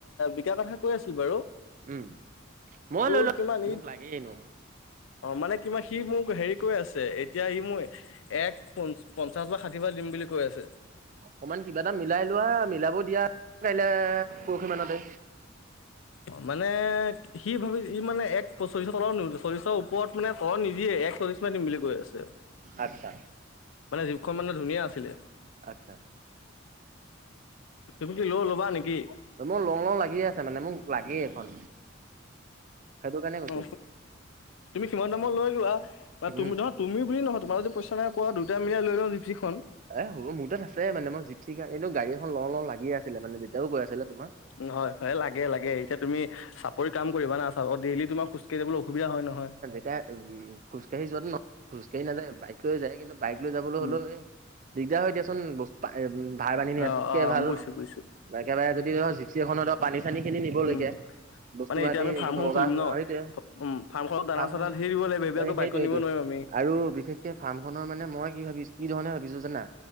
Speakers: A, on the left (about 80°); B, on the right (about 40°).
A: বিকা কথা কৈ আছিল বাৰু।
B: উম মই
A: তোৰ
B: লৈলও
A: কিমান ই
B: মোক লাগেই এনেইও।
A: অ মানে কিবা সি মোক হেৰি কৈ আছে এতিয়া ই মোৰ এক প পঞ্চাশ বা। কিবা দিম বুলি কৈ আছে।
B: অকমান কিবা এটা মিলাই লোৱা মিলাব দিয়া কাইলে পৰহি মানতে।
A: অ মানে সি ভাবি ই মানে এক চল্লিশৰ তলৰ চল্লিশৰ ওপৰত মানে তলৰ নিদিয়ে এক চল্লিশ দিম বুলি কৈ আছে।
B: আচ্ছা -
A: মানে জীপখন মানে ধুনীয়া আছিলে।
B: আচ্ছা
A: তুমি কি ল' ল'বা নেকি?
B: ম লং লং লাগি আছে মানে মোক লাগেই এখন সেইটো কাৰণে কৈছো।
A: অ তুমি সিমান দামত লৈ যোৱা বা তুমি
B: উম
A: নহত তুমি বুলি নহয় তোমাৰ যদি নাই কোৱা দুইটা মিলাই লৈ লওঁ জিপচিখন।
B: এ হ'ব মোৰ তাত আছে মানে মই জিপ চি এই গডী এখন এনেও লও লও লাগিয়ে আছিলে মানে দেউতাও কৈ আছিলে তোৰ।
A: নহয় হয় লাগে লাগে এতিয়া তুমি চাপৰি কাম কৰিবা না চাব ডেইলি তোমাৰ খোজ কঢ়িবলৈ অসুবিধা হয় নহয়।
B: এতিয়া খোজকাঢ়ি যোৱাত ন খোজ কাঢ়ি নাযায বাইক লৈ যায় কিন্তু বাইক লৈ যাবলৈ
A: উম,
B: হ'লেও এ দিগদাৰ হয় দিয়াচোন বস্তু ভাৰ বান্ধী নিয়াতকে
A: অ', অ',
B: ভাল।
A: বুজিছো বুজিছো
B: একেবাৰে যদি ধৰ জিপচি এখনত ধৰ পানী চানী খিনি নিবলৈকে।
A: উম,
B: বস্তু
A: মানে
B: বাহতি
A: এতিয়া আমি ফাৰ্মখন
B: বজাৰ
A: খুলিম
B: চজাৰ
A: ন।
B: সেইটোৱে
A: উম, ফাৰ্মখনত দানা
B: ফানখন
A: চানা ধেৰ দিব লাগিব সেইবিলাকতো
B: এই
A: বাইকত
B: সেইটোৱে
A: নিব
B: সেইটোৱে।
A: নোৱাৰিম আমি
B: আৰু বিশেষকে ফাৰ্ম খনৰ মানে মই কি ভাবিছো কি ধৰণে ভাবিছো জানা